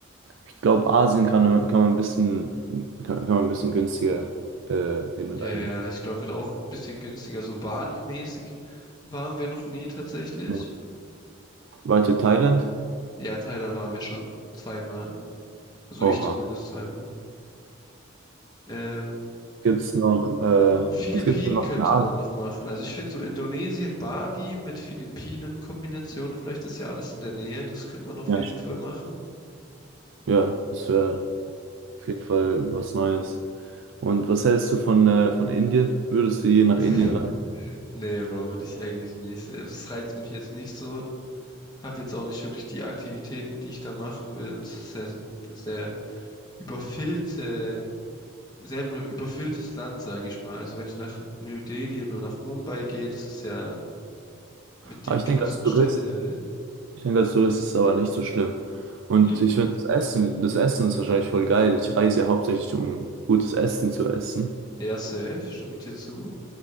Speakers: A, on the right; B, on the left.
A: Ich glaube, Asien kann, kann man ein bisschen, kann, kann man ein bisschen günstiger äh, hinreisen.
B: Ja, ja, ich glaube, wird auch ein bisschen günstiger. So Bali-mäßig waren wir noch nie tatsächlich.
A: Ja. Weiter Thailand?
B: Ja, Thailand waren wir schon zweimal. Also
A: Oha.
B: ich zumindest zweimal. Ähm,
A: Gibt's noch, äh,
B: Philippinen
A: was gibt's denn noch
B: könnte
A: in Asien?
B: man noch machen. Also ich finde so Indonesien, Bali mit Philippinen-Kombination, vielleicht ist ja alles in der Nähe, das könnte man auf
A: Ja,
B: jeden
A: st-
B: Fall machen.
A: ja, das wäre Auf jeden Fall was Neues. Und was hältst du von, äh, von Indien? Würdest du je nach
B: <laughs>
A: Indien reisen?
B: Nee, Bro, will ich eigentlich nicht. Es reizt mich jetzt nicht so. habe jetzt auch nicht wirklich die Aktivitäten, die ich da machen will. Und es ist ja eine sehr überfüllte, ein sehr überfülltes Land, sage ich mal. Also wenn ich nach New Delhi oder nach Mumbai gehe, das ist ja mit
A: Aber
B: die
A: ich
B: größten
A: denke, als Tourist,
B: Städte der Welt.
A: ich denke, als Tourist ist es aber nicht so schlimm. Und
B: Hm?
A: ich finde, das Essen, das Essen ist wahrscheinlich voll geil. Ich reise ja hauptsächlich, um gutes Essen zu essen.
B: Ja, safe, stimme ich dir zu.